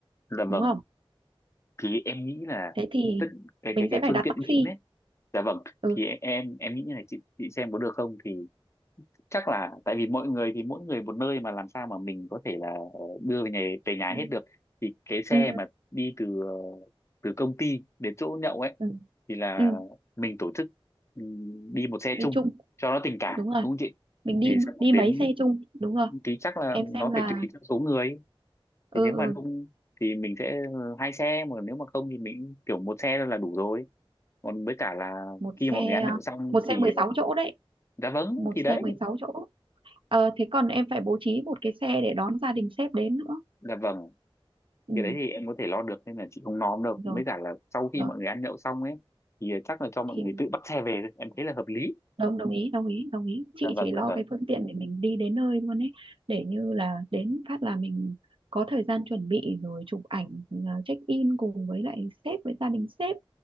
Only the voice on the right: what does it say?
đúng không
thế thì
mình
sẽ phải
đặt
taxi
ừ
ừ
ừ
ừ,
ừ.
đi
chung
đúng rồi
mình đi
đi
mấy xe chung đúng rồi
em
xem là
ừ,
ừ
một
xe
à,
một xe
16 chỗ đấy
một
xe 16 chỗ ờ, thế còn em phải bố trí một cái xe để đón gia đình sếp đến nữa
ừ
rồi
rồi
thì
đồng đồng ý đồng ý đồng ý
chị
chỉ lo
cái phương tiện để mình đi đến nơi luôn ấy để như là đến phát là mình có thời gian chuẩn bị rồi chụp ảnh à, check in cùng với lại sếp với gia đình sếp